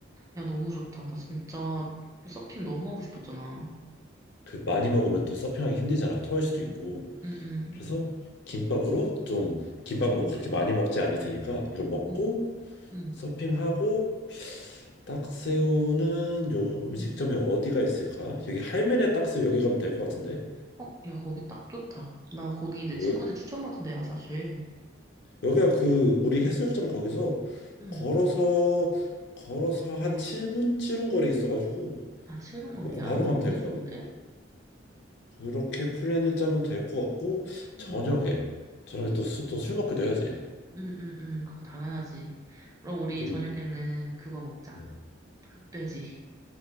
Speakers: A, on the right; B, on the left.
A: 야, 너무 좋다. 나 진짜 서핑 너무 하고 싶었잖아.
B: 그 많이 먹으면 또 서핑하기 힘들잖아. 토할 수도 있고.
A: 응, 응,
B: 그래서 김밥으로 좀 김밥 뭐
A: 응,
B: 그렇게 많이 먹지 않을 테니까 이거 먹고
A: 응, 응,
B: 서핑하고 딱새우는 요 음식점이
A: 응.
B: 어디가 있을까? 여기 할매네 딱새우 여기 가면 될 것 같은데
A: 어, 야, 거기 딱 좋다. 나 거기 내
B: 어,
A: 친구한테
B: 여,
A: 추천받은 데야, 사실.
B: 여기가 그 우리 해수욕장 거기서
A: 응.
B: 걸어서 걸어서 한 7분 7분 거리에 있어가지고
A: 아, 7분 거리야?
B: 먹고 바로
A: 야,
B: 가면
A: 너무
B: 될 것
A: 좋은데?
B: 같아. 응. 그렇게 플랜을 짜면 될 것 같고
A: 응,
B: 저녁에 저녁에 또 술 먹기도 해야지
A: 응, 응, 응. 그거 당연하지. 그럼 우리
B: 좀
A: 저녁에는 그거 먹자.
B: 응.
A: 흑돼지.